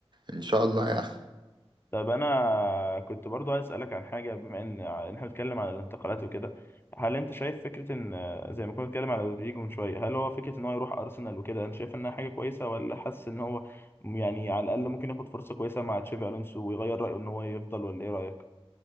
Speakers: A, on the right; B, on the left.
A: إن شاء الله يعني.
B: طب انا كنت برضو عايز اسالك عن حاجه بما ان إن احنا بنتكلم عن الانتقالات وكده هل انت شايف فكره ان زي ما كنا بنتكلم على رودريجو من شويه هل هو فكره ان هو يروح ارسنال وكده انت شايف انها حاجه كويسه ولا حاسس ان هو يعني على الاقل ممكن ياخد فرصه كويسه مع تشافي الونسو ويغير رايه ان هو يفضل ولا ايه رايك